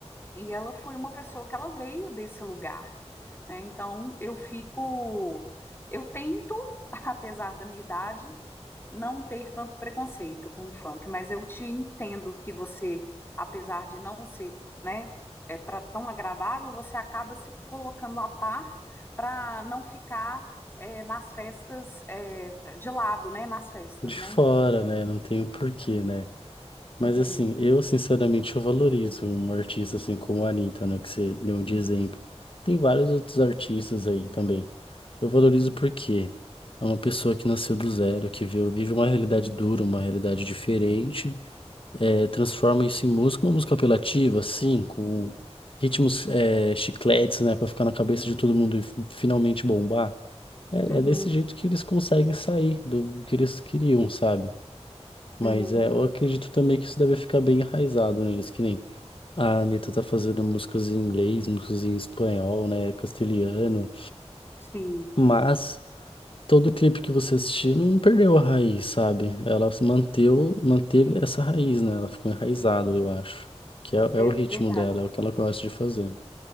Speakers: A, on the left; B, on the left.
A: E ela foi uma pessoa que ela veio desse lugar, né? Então eu fico, eu tento, <laughs> apesar da minha idade, não ter tanto preconceito com o funk, mas eu te entendo que você, apesar de não ser, né, é para tão agradável, você acaba se colocando a par para não ficar é, nas festas é, de lado, né? Nas festas,
B: De
A: né?
B: fora, né? Não tem o porquê, né? Mas
A: Uhum,
B: assim, eu sinceramente eu valorizo um artista assim como a Anitta, né, que você deu de exemplo. Tem vários outros artistas aí também. Eu valorizo porque é uma pessoa que nasceu do zero, que viu, vive uma realidade dura, uma realidade diferente, é, transforma isso em música, uma música apelativa, assim, com ritmos é, chicletes, né, pra ficar na cabeça de todo mundo e fi- finalmente bombar. É,
A: uhum,
B: é desse jeito que eles conseguem sair do que eles queriam, sabe? Mas
A: uhum.
B: é, eu acredito também que isso deve ficar bem enraizado neles, que nem a Anitta tá fazendo músicas em inglês, músicas em espanhol, né, castelhano,
A: Sim,
B: mas todo clipe que você assistir não perdeu a raiz, sabe? Ela se manteu, manteve essa raiz, né? Ela ficou enraizada, eu acho. Que é, é
A: é
B: o ritmo
A: verdade.
B: dela, é o que ela gosta de fazer.